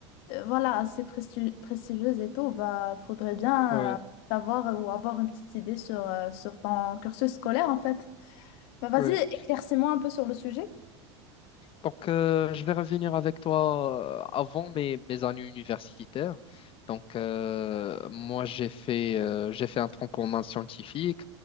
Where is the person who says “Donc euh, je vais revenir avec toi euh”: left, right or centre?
Left